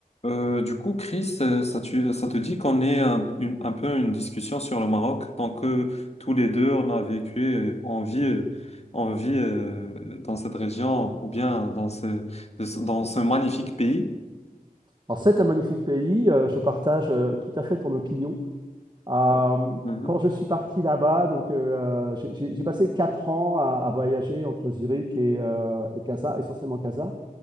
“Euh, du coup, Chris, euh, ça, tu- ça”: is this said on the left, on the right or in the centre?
Left